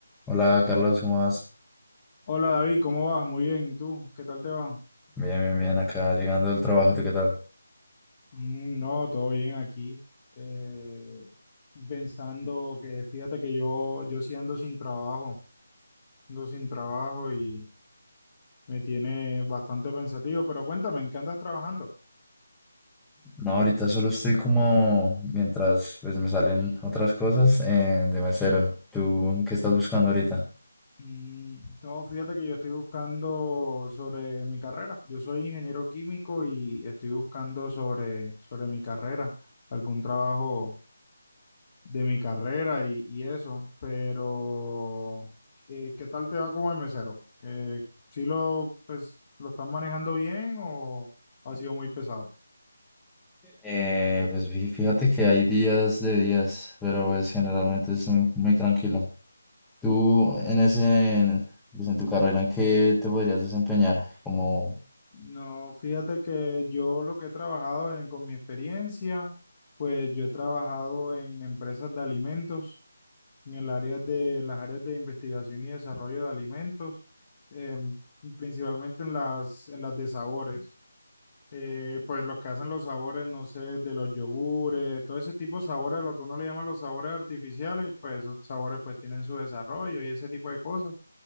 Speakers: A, in the centre; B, on the left.
A: Hola Carlos, ¿cómo vas?
B: Hola David, ¿cómo vas? Muy bien, ¿y tú? ¿Qué tal te va?
A: Bien, bien, bien, acá llegando del trabajo, ¿tú qué tal?
B: Mm, no, todo bien aquí. Eh, pensando que fíjate que yo, yo sí ando sin trabajo, ando sin trabajo y me tiene bastante pensativo, pero cuéntame, ¿en qué andas trabajando?
A: No, ahorita solo estoy como mientras pues me salen otras cosas eh, de mesero. ¿Tú qué estás buscando ahorita?
B: Mm, no, fíjate que yo estoy buscando sobre mi carrera. Yo soy ingeniero químico y estoy buscando sobre, sobre mi carrera, algún trabajo de mi carrera y, y eso, pero eh, ¿qué tal te va como de mesero? Eh, ¿sí lo, pues, lo estás manejando bien o ha sido muy pesado?
A: Eh, pues fí- fíjate que hay días de días, pero pues generalmente es muy, muy tranquilo. ¿Tú en ese, en, pues, en tu carrera, en qué te podrías desempeñar? Como
B: No, fíjate que yo lo que he trabajado en- con mi experiencia, pues yo he trabajado en empresas de alimentos, en el área de las áreas de investigación y desarrollo de alimentos, em, principalmente en las, en las de sabores. eh, pues los que hacen los sabores, no sé, de los yogures, todo ese tipo de sabores, lo que uno le llama los sabores artificiales, pues esos sabores pues tienen su desarrollo y ese tipo de cosas.